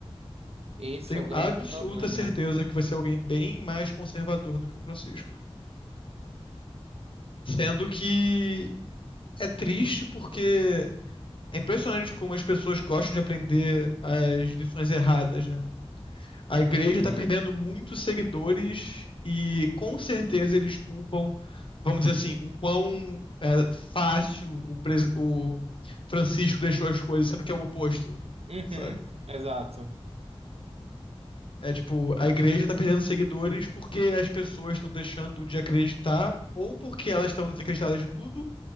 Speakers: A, on the right; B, on the left.
A: Esse
B: Eu tenho
A: é o grande
B: absoluta
A: problema.
B: certeza que vai ser alguém bem mais conservador do que o Francisco. Sendo que é triste porque é impressionante como as pessoas gostam de aprender as lições erradas, né? A igreja
A: Uhum.
B: está perdendo muitos seguidores e com certeza eles culpam, vamos dizer assim, o quão é, fácil o, pres- o Francisco deixou as coisas, sendo que é o oposto,
A: Uhum,
B: sabe?
A: exato.
B: É tipo, a igreja está perdendo seguidores porque as pessoas estão deixando de acreditar, ou porque elas estão desacreditadas de tudo,